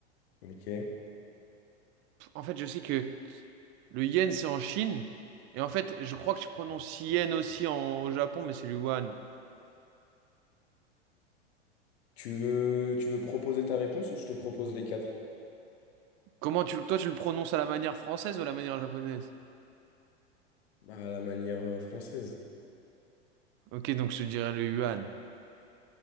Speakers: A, on the left (about 65°); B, on the right (about 35°).
A: Ok.
B: Pff, En fait, je sais que le yen, c'est en Chine. Et en fait, je crois que tu prononces yen aussi en, au Japon, mais c'est le yuan.
A: Tu veux, tu veux proposer ta réponse ou je te propose les quatre?
B: Comment tu, toi, tu le prononces à la manière française ou à la manière japonaise?
A: Bah, à la manière euh, française.
B: Ok, donc je te dirais le yuan.